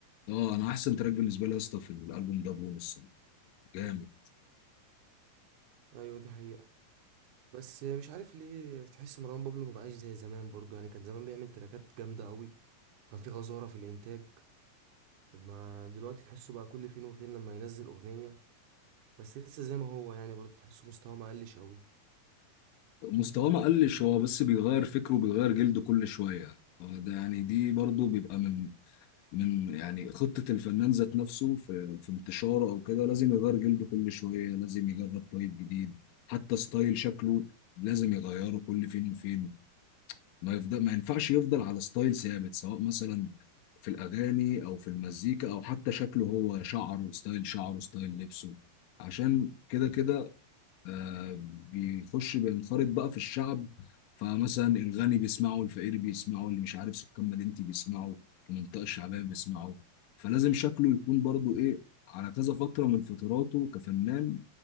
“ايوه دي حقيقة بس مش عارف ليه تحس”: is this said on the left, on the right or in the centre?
Right